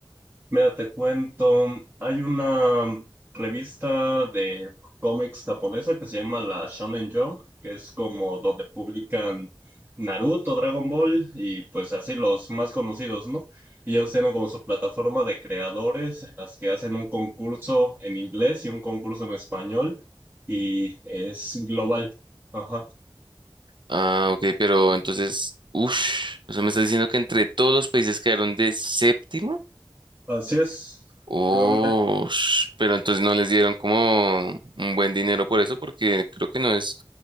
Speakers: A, on the right (about 25°); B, on the right (about 65°).
A: Mira, te cuento, hay una revista de cómics japonesa que se llama la Shonen Jump, que es como donde publican Naruto, Dragon Ball y pues así los más conocidos, ¿no? Y ellos tienen como su plataforma de creadores en las que hacen un concurso en inglés y un concurso en español y es global. Ajá.
B: Ah, ok, pero entonces, uff, o sea, me estás diciendo que entre todos los países quedaron de séptimo.
A: Así es.
B: Oh,
A: Últimamente.
B: pero entonces no les dieron como un buen dinero por eso, porque creo que no es